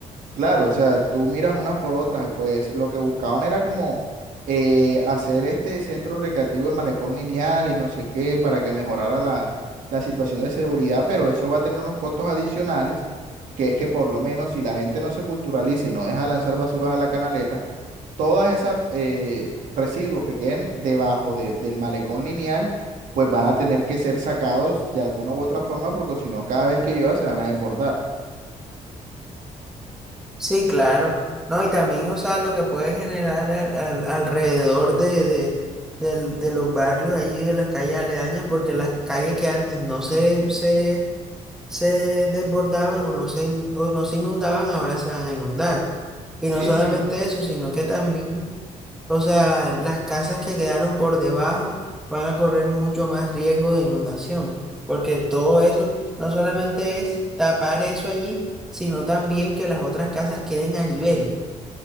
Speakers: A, on the right; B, in the centre.
A: Claro, o sea, tú miras unas por otras, pues lo que buscaban era como eh, hacer este centro recreativo de malecón lineal y no sé qué para que mejorara la, la situación de seguridad, pero eso va a tener unos costos adicionales, que es que por lo menos si la gente no se culturaliza y no deja de lanzar basuras a la canaleta, todas esas eh, residuos que queden debajo de- del malecón lineal, pues van a tener que ser sacados de alguna u otra forma porque si no, cada vez que llueva se van a desbordar.
B: Sí, claro. No, y también, o sea, lo que puede generar al- al- alrededor de, de, del- de los barrios allí, de las calles aledañas, porque las calles que antes no se, se, se desbordaban o no se, in- o no se inundaban, ahora se van a inundar. Y
A: Sí,
B: no solamente
A: sí.
B: eso, sino que también o sea, las casas que quedaron por debajo van a correr mucho más riesgo de inundación, porque todo eso no solamente es tapar eso allí, sino también que las otras casas queden a nivel.